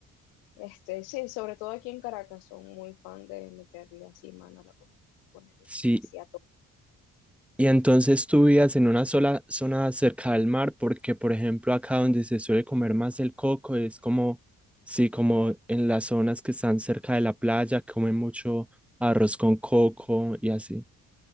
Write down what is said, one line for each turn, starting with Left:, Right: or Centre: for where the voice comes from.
Left: Este, sí, sobre todo aquí en Caracas son muy fan de meterle así mano a la comida, ponerla
Centre: Sí,
Left: así a tope.
Centre: y entonces tú vivías en una sola zona cerca del mar, porque por ejemplo acá donde se suele comer más el coco es como, sí, como en las zonas que están cerca de la playa, comen mucho arroz con coco y así.